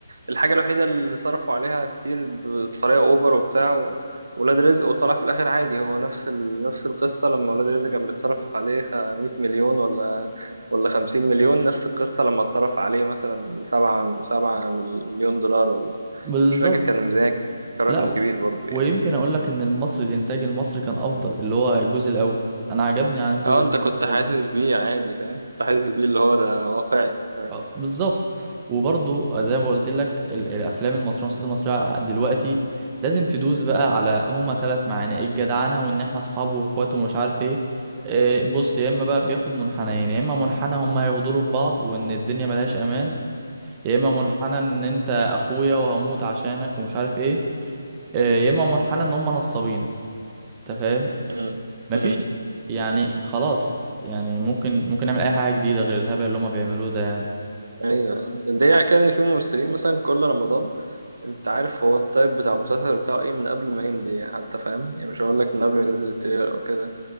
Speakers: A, on the right; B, on the right.
A: الحاجة الوحيدة اللي صرفوا عليها كتير بطريقة اوفر وبتاع و... ولاد رزق وطلع في الآخر عادي هو نفس ال... نفس القصة لما ولاد رزق كان بيتصرف عليه خ- 100 مليون ولا ولا 50 مليون نفس القصة لما اتصرف عليه مثلا 7 7 مليون دولار ولا
B: بالظبط
A: مش فاكر كان الميزانية كان
B: لا
A: رقم كبير برضو يعني
B: ويمكن اقول لك ان المصري الانتاج المصري كان افضل اللي هو الجزء الاول انا عجبني عن الجزء
A: اه
B: الثاني
A: انت كنت
B: والثالث
A: حاسس بيه عادي فاهم كنت حاسس بيه اللي هو ده واقعي فاهم
B: آه، بالظبط وبرضه زي
A: مم.
B: ما قلت لك ال- الافلام المصريه والمسلسلات المصريه دلوقتي لازم تدوس بقى على هما ثلاث معاني إيه الجدعنه وان احنا اصحابه واخواته ومش عارف ايه آه، بص يا اما بقى بياخد منحنيين يا اما منحنى هما هيغدروا ببعض وان الدنيا ملهاش امان يا اما منحنى
A: مم.
B: ان انت اخويا وهموت عشانك ومش عارف ايه آه، يا اما
A: مم.
B: منحنى ان هم نصابين انت فاهم
A: مم.
B: مفيش
A: مم.
B: يعني خلاص يعني ممكن ممكن نعمل اي حاجه جديده غير الهبل اللي هم بيعملوه ده يعني
A: ايوه الدليل على كده ان في ممثلين مثلا كل رمضان انت عارف هو التايب بتاع المسلسل بتاعه ايه من قبل ما يمضي يعني، حتى فاهم يعني مش هقول لك من قبل ما ينزل التريلر او كده